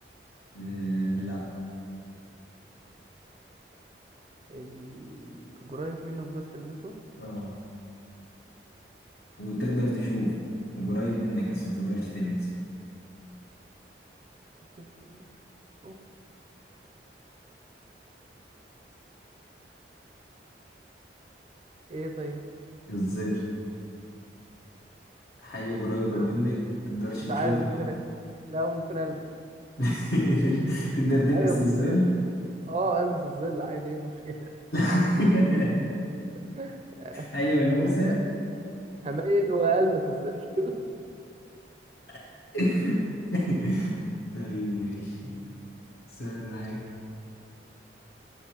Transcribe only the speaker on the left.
آه لا
اه وتقدر تشوفه وقريب منك بس ما تقدرش تلمسه
الظل حاجة قريبة
منك
تقدرش
تشوفها
<laughs> تقدر تلمس
الظل
<laughs>
حاجة ملموسة
<laughs> طيب ماشي سؤال معاك